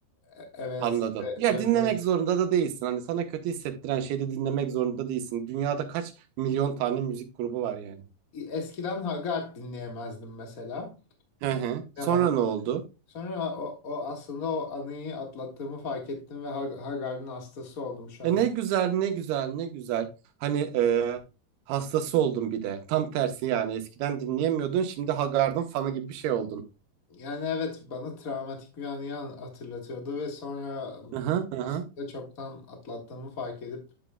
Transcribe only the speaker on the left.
E, Evet
ve,
ve
böyle
E, eskiden Hagard dinleyemezdim mesela.
Ne bana
sonra ha- o, o aslında o anıyı atlattığımı fark ettim ve Hag- Hagard'ın hastası oldum şu
an.
Yani evet bana travmatik bir anıyı an- hatırlatıyordu ve sonra ım,
aslında çoktan atlattığımı fark edip